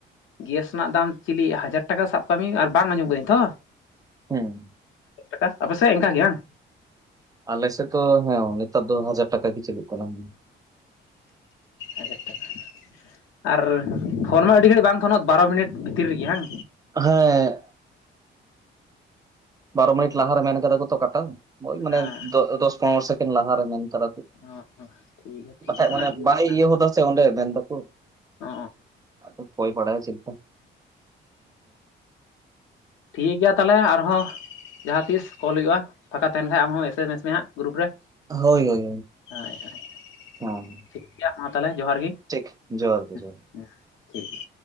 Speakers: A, on the left; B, on the right.
A: ᱜᱮᱥ ᱨᱮᱱᱟᱜ ᱫᱟᱢ ᱪᱤᱞᱤ ᱦᱟᱡᱟᱨ ᱴᱟᱠᱟ ᱥᱟᱵ ᱠᱟᱜ ᱢᱮ ᱟᱨ ᱵᱟᱝ ᱟᱸᱡᱚᱢ ᱟᱠᱟ ᱫᱟᱹᱧ ᱛᱚ
B: ᱦᱮᱸ
A: ᱴᱟᱠᱟ ᱟᱯᱮ ᱥᱮᱫ ᱚᱱᱠᱟ ᱜᱮ ᱵᱟᱝ
B: ᱟᱞᱮ ᱥᱮᱫ ᱫᱚ ᱦᱮᱸ ᱱᱮᱛᱟᱨ ᱫᱚ ᱦᱟᱡᱟᱨ ᱴᱟᱠᱟ ᱜᱮ ᱪᱟᱞᱩᱜ ᱠᱟᱱᱟ ᱦᱩᱸ
A: ᱦᱟᱡᱟᱨ ᱴᱟᱠᱟ ᱟᱨ ᱯᱷᱳᱱ ᱢᱟ ᱟᱹᱰᱤ ᱜᱷᱟᱹᱲᱤᱡ ᱵᱟᱝ ᱛᱟᱦᱮᱱᱚᱜ ᱵᱟᱨᱚ ᱢᱤᱱᱤᱴ ᱵᱷᱤᱛᱤᱨ ᱨᱮᱜᱮ ᱵᱟᱝ
B: ᱦᱮᱸ ᱵᱟᱨᱚ ᱢᱤᱱᱤᱴ ᱞᱟᱦᱟ ᱨᱮ ᱢᱮᱱ ᱟᱠᱟᱫᱟ ᱠᱚ ᱛᱚ ᱠᱟᱴᱟᱣ ᱳᱭ ᱢᱟᱱᱮ
A: ᱦᱮᱸ
B: ᱫᱚᱥ ᱯᱚᱱᱨᱚ ᱥᱮᱠᱮᱱᱰ ᱞᱟᱦᱟ ᱨᱮ ᱢᱮᱱ ᱟᱠᱟᱫᱟ ᱠᱚ᱾
A: ᱚ ᱟᱪᱪᱷᱟ ᱴᱷᱤᱠ ᱴᱷᱤᱠ
B: ᱵᱟᱠᱷᱟᱡ
A: ᱜᱤᱭᱟ ᱢᱟᱱᱮ <unintelligible>
B: ᱵᱟᱭ ᱤᱭᱟᱹ ᱦᱚᱫᱟ ᱚᱸᱰᱮ ᱢᱮᱱ ᱫᱚᱠᱚ
A: ᱚ
B: ᱚᱠᱚᱭ ᱵᱟᱲᱟᱭ ᱪᱮᱞᱠᱟ ᱦᱮᱸ,
A: ᱴᱷᱤᱠ ᱜᱮᱭᱟ ᱛᱟᱦᱚᱞᱮ ᱟᱨ ᱦᱚᱸ ᱡᱟᱦᱟᱸ ᱛᱤᱥ ᱠᱚᱞ ᱦᱩᱭᱩᱜᱼᱟ ᱯᱷᱟᱠᱟ ᱛᱟᱦᱮᱱ ᱠᱷᱟᱱ ᱟᱢ ᱦᱚᱸ ᱮᱥ ᱮᱢ ᱮᱥ ᱢᱮ ᱦᱟᱸᱜ ᱜᱨᱩᱯ ᱨᱮ᱾
B: ᱦᱳᱭ ᱦᱳᱭ
A: ᱦᱳᱭ ᱦᱳᱭ
B: ᱦᱮᱸ
A: ᱴᱷᱤᱠ ᱜᱮᱭᱟ ᱢᱟ ᱛᱟᱦᱚᱞᱮ ᱡᱚᱦᱟᱨ ᱜᱮ᱾
B: ᱴᱷᱤᱠ ᱡᱚᱦᱟᱨ ᱜᱮ
A: ᱦᱮᱸ
B: ᱡᱚᱦᱟᱨ᱾
A: ᱦᱮᱸ ᱴᱷᱤᱠ ᱜᱮᱭᱟ᱾